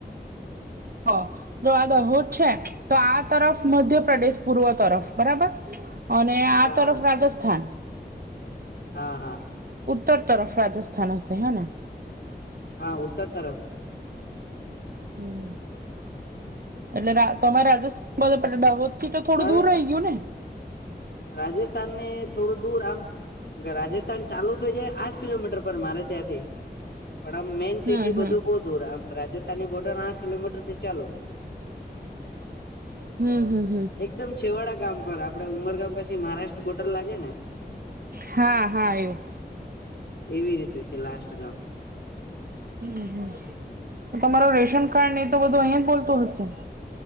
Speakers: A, on the right; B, on the left.
A: હા. જો આ દહોદ છે તો આ તરફ મધ્યપ્રદેશ પૂર્વ તરફ બરાબર? અને આ
B: હા
A: તરફ
B: હા
A: રાજસ્થાન?
B: હા, હા.
A: ઉત્તર તરફ રાજસ્થાન હશે હેને?
B: હા ઉતર તરફ.
A: હમ્મ. એટલે તમારે રાજસ્થાન બ પ દાહોદ થી તો થોડું
B: મારે
A: દૂર રહી ગયું ને?
B: રાજસ્થાન ને થોડું દૂર આમ રાજસ્થાન ચાલુ થઈ જાય આઠ કિલોમીટર પર મારે ત્યાંથી. પણ આમ મેઈન સિટી
A: હમ હમ
B: બધું બહુ દૂર આમ રાજસ્થાની બોર્ડર આઠ કિલોમીટર થી ચાલુ.
A: હમ્મ, હમ્મ.
B: એકદમ છેવાડા ગામ પર આપડે ઉમરગામ પછી મહારાષ્ટ્ર બોર્ડર લાગે ને.
A: હા, હા એવુ.
B: એવી રીતે છે લાસ્ટ ગામ.
A: હમ્મ, હમ્મ, તમારુ રેશન કાર્ડ ને એ તો બધું અહીયાં જ બોલતું હશે ને?